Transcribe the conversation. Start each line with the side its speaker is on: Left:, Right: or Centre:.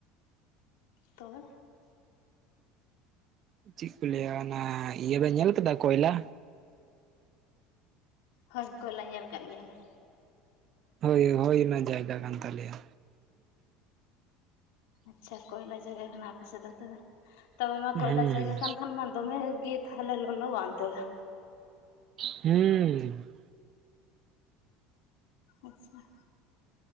Left: ᱛᱚᱵᱮ
Right: ᱪᱮᱫ ᱠᱚ ᱞᱟᱹᱭᱟ ᱚᱱᱟ ᱤᱭᱟᱹ ᱵᱮᱱ ᱧᱮᱞ ᱟᱠᱟᱫᱟ ᱠᱚᱭᱞᱟ?
Left: ᱦᱳᱭ ᱠᱚᱭᱞᱟ ᱧᱮᱞ ᱟᱠᱟᱫ ᱜᱮᱭᱟᱞᱮᱧ
Right: ᱦᱳᱭ ᱦᱳᱭ ᱚᱱᱟ ᱡᱟᱭᱜᱟ ᱠᱟᱱ ᱛᱟᱞᱮᱭᱟ
Left: ᱟᱪᱪᱷᱟ ᱠᱚᱭᱞᱟ ᱡᱟᱭᱜᱟ ᱠᱟᱱᱟ ᱟᱯᱮᱥᱮᱫ ᱫᱚ ᱛᱮ ᱛᱚᱵᱮ ᱢᱟ ᱠᱚᱭᱞᱟ
Right: ᱦᱩᱸ
Left: ᱡᱟᱭᱜᱟ
Right: ᱦᱩᱸ
Left: ᱠᱷ ᱠᱷᱟᱱ ᱢᱟ ᱫᱚᱢᱮ ᱜᱮ ᱛᱟᱦᱞᱮ ᱞᱚᱠᱚᱣᱟ ᱚᱱᱛᱮ ᱥᱫᱚ
Right: ᱦᱩᱸ
Left: ᱟᱪᱪᱷᱟ